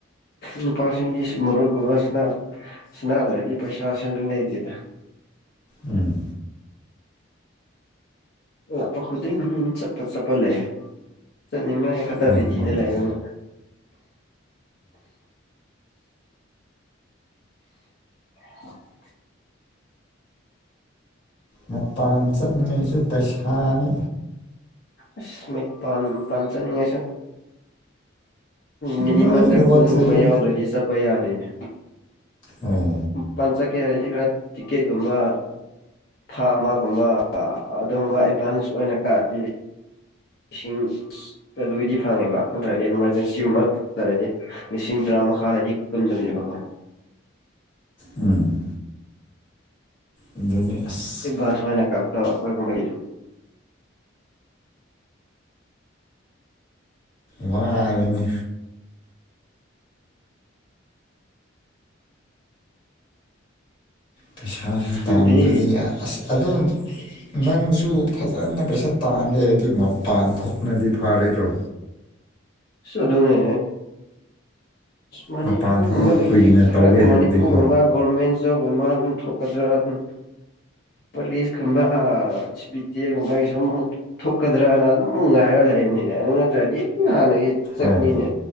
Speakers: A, on the left (about 50°); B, on the left (about 25°).
A: ꯅꯨꯄꯥꯁꯤꯡꯒꯤ ꯃꯔꯨꯠꯀꯨꯝꯕꯕꯁꯤꯅ ꯁꯅꯗ꯭ꯔꯗꯤ ꯄꯩꯁꯥ ꯁꯕꯤꯡ ꯂꯩꯇꯦꯗꯥ
B: ꯎꯝ
A: ꯑꯣ ꯈꯨꯗ ꯆꯞꯄ ꯆꯞꯄ ꯂꯩꯌꯦ ꯅꯤꯡꯉꯥꯏ ꯈꯇꯔꯔꯤꯗꯤꯗ
B: ꯍꯣꯏ ꯃꯥꯅꯤ
A: ꯂꯩꯕ ꯉ <unintelligible>
B: ꯃꯄꯥꯟ ꯆꯠꯂꯤꯉꯩꯁꯨ ꯄꯩꯁꯥꯅꯤ
A: ꯑ ꯄ ꯄꯆꯥꯅꯤꯡꯉꯁ ꯃꯤꯅꯤꯃꯝꯗ
B: ꯂꯣꯏꯅꯃꯛꯁꯤꯀꯣ
A: ꯀꯨꯟꯒꯨꯝꯕ ꯌꯥꯎꯗ꯭ꯔꯗꯤ ꯆꯠꯄ ꯌꯥꯗꯦꯅꯦ
B: ꯑꯣ
A: ꯄꯥꯟ ꯆꯠꯀꯦ ꯍꯥꯏꯔꯗꯤ ꯈꯔ ꯇꯤꯛꯀꯦꯀꯨꯝꯕ ꯊꯥ ꯑꯃꯒꯨꯝꯕ ꯑꯗꯨꯝꯕ ꯑꯦꯚꯥꯟꯁ ꯑꯣꯏꯅ ꯀꯥꯔꯤ ꯂꯤꯁꯤꯡ ꯑꯗꯨꯒꯤꯗꯤ ꯐꯪꯉꯦꯕ ꯅꯠꯇ꯭ꯔꯗꯤ ꯑꯦꯃꯥꯔꯖꯦꯟꯁꯤꯒꯨꯝꯕ ꯆꯠꯂꯗꯤ ꯂꯤꯁꯤꯡ ꯇꯔꯥꯃꯥꯗ ꯀꯝꯗꯕꯅꯦꯕꯕꯥ
B: ꯎꯝ ꯑꯗꯨꯅꯤ ꯑꯁ
A: ꯏꯗꯚꯥꯟꯁ ꯑꯣꯏꯅ ꯑꯩꯈꯣꯏꯒꯨꯝꯕꯒꯤ
B: ꯋꯥꯔꯅꯤ ꯄꯩꯁꯥꯁꯨ
A: ꯈꯪꯗꯦ
B: ꯇꯗ꯭ꯔꯗꯤ ꯑꯁ ꯑꯗꯨ
A: <unintelligible>
B: ꯅꯪꯁꯨ ꯐꯖꯅ ꯄꯩꯁꯥ ꯇꯥꯡꯒꯦ ꯍꯥꯏꯗꯤ ꯃꯄꯥꯟ ꯊꯣꯛꯅꯗꯤ ꯐꯔꯣꯏꯗ꯭ꯔꯣ
A: ꯁꯗꯅꯦ ꯃꯅꯤꯄꯨꯔꯒꯨꯝꯕ
B: ꯃꯄꯥꯟ ꯊꯣꯛꯑꯒ ꯀꯨꯏꯅ
A: ꯍꯧꯛ ꯈꯔ
B: ꯇꯧꯒꯦ ꯍꯥꯏꯔꯗꯤꯀꯣ
A: ꯃꯅꯤꯄꯨꯔꯒꯨꯝꯕ ꯒꯣꯔꯃꯦꯟ ꯧꯒꯨꯝꯕ ꯑꯗꯨꯝ ꯊꯣꯛꯀꯗ꯭ꯔꯥ ꯑꯗꯨ ꯄꯨꯂꯤꯁꯀꯨꯝꯕ ꯆꯦꯒꯨꯝꯕꯒꯤꯁꯨꯨꯝ ꯑꯃꯨꯛ ꯊꯣꯛꯀꯗ꯭ꯔꯅ ꯑꯗꯨꯝꯛ ꯉꯥꯏꯔꯒ ꯂꯩꯕꯅꯤꯅꯦ ꯑꯗꯨ ꯅꯠꯇ꯭ꯔꯗꯤ ꯍꯥꯟꯅꯒꯤ ꯆꯠꯅꯤꯅꯦ
B: ꯑꯣ